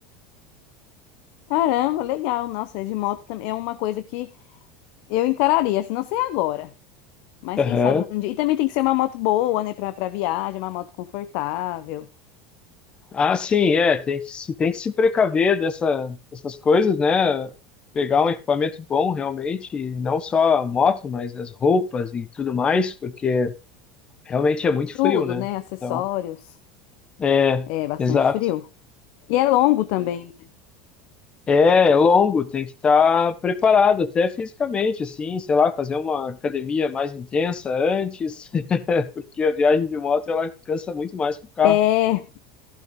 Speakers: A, on the left; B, on the left.
A: Caramba, legal. Nossa, é de moto também. É uma coisa que eu encararia, se não sei agora. Mas
B: Aham.
A: quem sabe um dia. E também tem que ser uma moto boa, né? Pra, pra viagem, uma moto confortável.
B: Ah, sim, é, tem que se, tem que se precaver dessa, dessas coisas, né? Pegar um equipamento bom realmente, e não só a moto, mas as roupas e tudo mais, porque realmente é muito
A: Tudo,
B: frio, né?
A: né? Acessórios.
B: Então, é,
A: É bastante
B: exato.
A: frio. E é longo também.
B: É, é longo, tem que estar preparado até fisicamente, assim, sei lá, fazer uma academia mais intensa antes, <laughs> porque a viagem de moto ela cansa muito mais que o carro.
A: né?